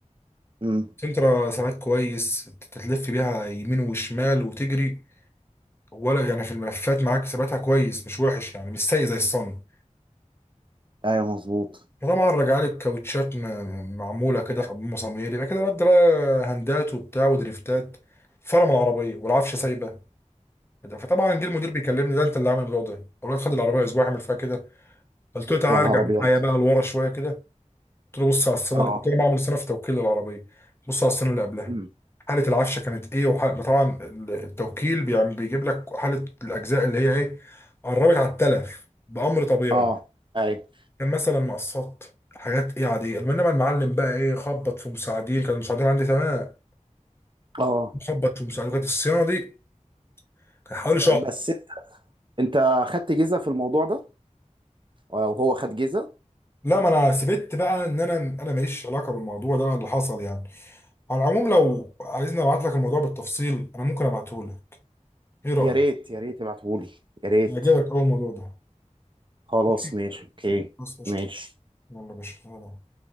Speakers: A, on the right (about 40°); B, on the left (about 20°).
A: امم
B: سنترا ثبات كويس تلف بيها يمين وشمال وتجري ولا يعني في الملفات معاك ثباتها كويس مش وحش يعني مش سيء زي الصن
A: ايوه مظبوط
B: فطبعا رجع لي الكاوتشات م- معموله كده في مصامير يبقى كده رد بقى هندات وبتاع ودريفتات فرم العربيه والعفشه سايبه فطبعا جه المدير بيكلمني ده انت اللي عامل الموضوع ده اقول له خد العربيه اسبوع اعمل فيها كده قلت له تعالى
A: يا نهار
B: ارجع
A: ابيض
B: معايا بقى لورا شويه كده قلت له بص على السنه
A: اه
B: اللي كنت انا بعمل سنه في توكيل العربيه بص على السنه اللي قبلها
A: امم
B: حالة العفشة كانت ايه وحالة طبعا التوكيل بيعمل بيجيب لك حالة الأجزاء اللي هي ايه قربت على التلف بأمر طبيعي
A: اه ايوه
B: كان مثلا مقصات حاجات ايه عادية انما المعلم بقى ايه خبط في مساعدين كان المساعدين عندي تمام
A: اه
B: خبط في مساعدين كانت الصيانة دي كان حوالي شهر
A: بس انت خدت جيزه في الموضوع ده وهو خد جيزه
B: لا ما انا سبت بقى ان انا انا ماليش علاقه بالموضوع ده اللي حصل يعني على العموم لو عايزني ابعت لك الموضوع بالتفصيل انا ممكن ابعته لك ايه رايك
A: يا ريت يا ريت ابعتهولي يا ريت
B: يعجبك اول الموضوع ده
A: خلاص
B: ماشي
A: ماشي اوكي
B: خلاص قشطه
A: ماشي
B: يلا يا باشا سلام.